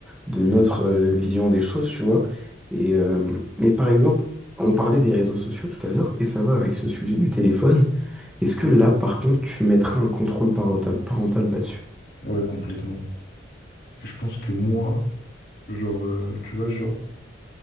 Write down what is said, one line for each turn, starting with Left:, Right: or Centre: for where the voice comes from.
Centre: de notre
Left: Mm.
Centre: euh, vision des choses, tu vois. Et euh, mais par exemple, on parlait des réseaux sociaux tout à l'heure, et ça va avec ce sujet du téléphone. Est-ce que là, par contre, tu mettras un contrôle parota- parental là-dessus?
Left: Ouais, complètement. Que je pense que moi, genre, euh, tu vois, genre,